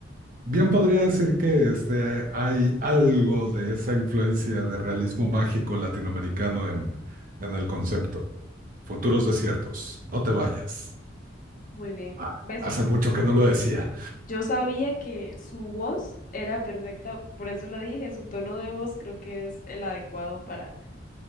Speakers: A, on the right (about 45°); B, on the left (about 45°).
A: Bien podría decir que este, hay algo de esa influencia de realismo mágico latinoamericano en, en el concepto. Futuros desiertos, no te vayas.
B: Muy bien.
A: Ah,
B: ¿Ves?
A: hace mucho que no lo decía.
B: Yo sabía que su voz era perfecta, por eso la dije, su tono de voz creo que es el adecuado para,